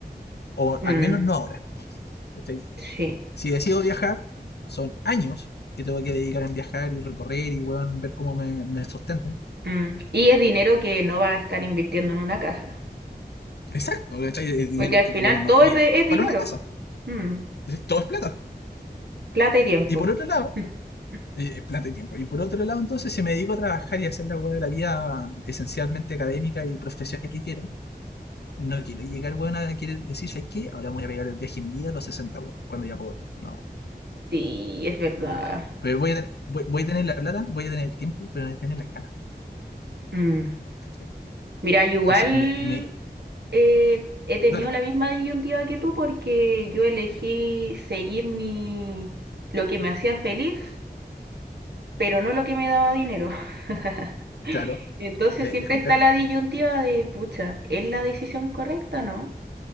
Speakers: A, on the left (about 70°); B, on the right (about 75°).
A: O
B: mm,
A: al menos no ahora. ¿cachai?
B: sí.
A: Si decido viajar, son años que tengo que dedicar en viajar y recorrer y bueno, ver cómo me, me sustento.
B: mm. Y es dinero que no va a estar invirtiendo en una casa.
A: Exacto, ¿cachai? El dinero
B: Porque al
A: que
B: final
A: bueno, no
B: todo
A: voy
B: es, de,
A: a tener
B: es dinero.
A: para una casa.
B: Mm,
A: Todo es plata.
B: plata y tiempo.
A: Y por otro lado,
B: <laughs>
A: eh, plata y tiempo. Y por otro lado, entonces, si me dedico a trabajar y a hacer la weá de la vida esencialmente académica y profesional que quiero, no quiero llegar, weón, a querer decir, ¿sabes qué? Ahora me voy a pegar el viaje de mi vida a los 60 weón, cuando ya puedo. No.
B: Sí, es verdad.
A: Pero voy a, tener, voy, voy a tener la plata, voy a tener el tiempo, pero no voy a tener la gana.
B: Mm.
A: ¿cachai?
B: Mira, yo igual
A: Entonces, me. me
B: eh, he tenido
A: dale,
B: la misma disyuntiva que tú porque yo elegí seguir mi lo que me hacía feliz, pero no lo que me daba dinero. <laughs>
A: claro,
B: Entonces
A: eh,
B: siempre
A: es complejo.
B: está la disyuntiva de, pucha, ¿es la decisión correcta o no?